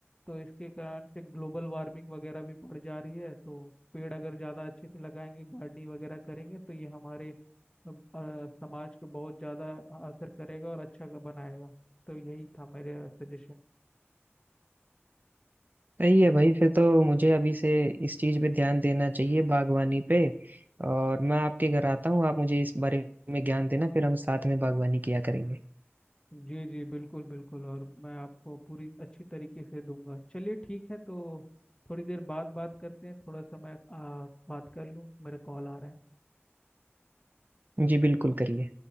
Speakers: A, on the left; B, on the right.
A: तो इसके कारण से ग्लोबल वार्मिंग वगैरह भी बढ़ जा रही है तो पेड़ अगर ज़्यादा अच्छे से लगाएंगे गार्डनिंग वगैरह करेंगे तो ये हमारे अ, अ, समाज को बहुत ज़्यादा असर करेगा और अच्छा बनाएगा तो यही था मेरा सजेशन
B: सही है भाई फिर तो मुझे अभी से इस चीज पे ध्यान देना चाहिए बागवानी पे और मैं आपके घर आता हूँ आप मुझे इस बारे में ज्ञान देना फिर हम साथ में बागवानी किया करेंगे
A: जी जी बिल्कुल बिल्कुल और मैं आपको पूरी अच्छी तरीके से दूंगा चलिए ठीक है तो थोड़ी देर बाद बात करते हैं थोड़ा सा मैं आ, बात कर लूँ मेरा कॉल आ रहा है
B: जी बिल्कुल करिए